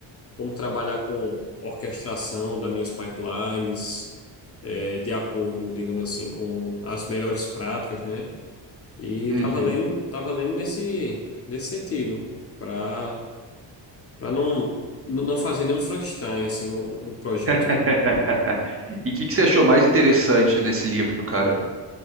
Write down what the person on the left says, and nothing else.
como trabalhar com orquestração das minhas pipelines, eh, de acordo, digamos assim, com as melhores práticas, né? E estava
lendo, tava lendo nesse, nesse sentido, para para não, não fazer nenhum Frankenstein assim no, no no projeto,
né?